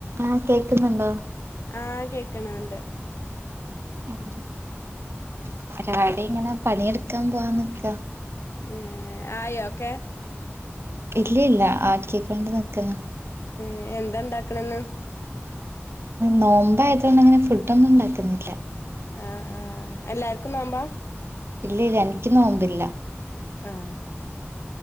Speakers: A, on the right; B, on the left.
A: ആ കേക്കുന്നുണ്ടോ
B: ആഹ കേക്കണുണ്ട്
A: <unintelligible> ഇങ്ങനെ പണിയെടുക്കാൻ പോവാൻ നിക്ക
B: ഉം ആയൊ ഒക്കെ
A: ഇല്ലില്ല ആക്കിക്കൊണ്ട് നിക്കന്നു
B: ഉം എന്താ ഇണ്ടാക്കണെന്ന്
A: നോമ്പ ആയതോണ്ട് അങ്ങനെ ഫുഡൊന്നും ഇണ്ടാക്കുന്നില്ല
B: ആഹ് ആഹ് എല്ലാർക്കും നോമ്പാ
A: ഇല്ല ഇല്ല അൻക്ക് നോമ്പ് ഇല്ല
B: ആഹ്